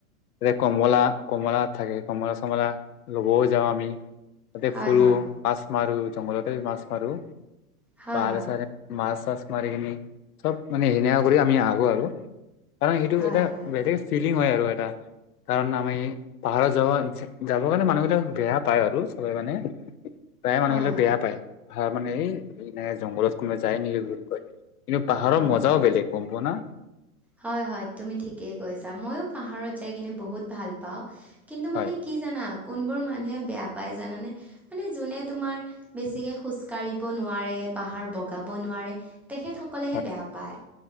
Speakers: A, on the left; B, in the centre.
A: <unintelligible> কমলা কমলা থাকে কমলা কমলা ল'বও যাওঁ আমি তাতে
B: হয়
A: ফুৰো
B: হয়,
A: মাছ মাৰো জংঘলতে মাছ মাৰো
B: হয়
A: পাহাৰে
B: হয়,
A: চাহাৰে মাছ তাছ মাৰি কিনি চব মানে এনেকা কৰি আমি আহো আৰু কাৰণ সেইটো
B: হয়
A: এটা
B: হয়,
A: বেলেগ ফিল -লিং হয় আৰু এটা কাৰণ আমি পাহাৰত যাব যাবৰ কাৰণে মানুহবিলাক বেয়া পায় আৰু চবে মানে প্ৰায় মানুহবিলাক
B: হয় হয়,
A: বেয়া পায়। হয় মানে ন জংঘলত কোনোবাই যায় নেকি বুলি কয় কিন্তু পাহাৰৰ
B: হয়
A: মজাও
B: হয়।
A: বেলেগ গম পোৱা না?
B: হয় হয় তুমি ঠিকেই কৈছা ময়ো পাহাৰত যাই কিনে বহুত ভাল পাওঁ কিন্তু
A: হয়
B: মানে কি জানা কোনবোৰ মানুহে বেয়া পায় জানানে মানে যোনে তোমাৰ বেছিকৈ খোজকাঢ়িব নোৱাৰে পাহাৰ বগাব নোৱাৰে তেখেতসকলেহে
A: হয়
B: বেয়া পায়